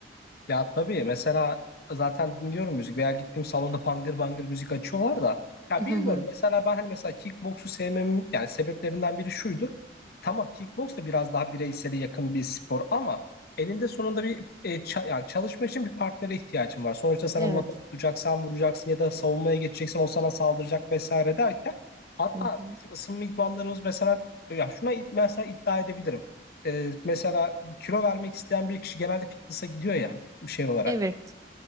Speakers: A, on the left; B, on the right.
A: Ya tabii mesela zaten dinliyorum müzik veya gittiğim salonda bangır bangır müzik açıyorlar da ya
B: Hı
A: bilmiyorum
B: hı.
A: mesela ben hani mesela kickboksu sevmemin yani sebeplerinden biri şuydu. Tamam kickboks da biraz daha bireysele yakın bir spor ama elinde sonunda bir e, ça- yani çalışmak için bir partnere ihtiyacın var. Sonuçta sana
B: Evet.
A: lapa tutacaksan vuracaksın ya da savunmaya geçeceksin o sana saldıracak vesaire derken hatta
B: Hı hı.
A: bizim ısınma idmanlarımız mesela ya şuna it- mesela iddia edebilirim. E, mesela kilo vermek isteyen bir kişi genelde fitness'a gidiyor ya şey olarak.
B: Evet.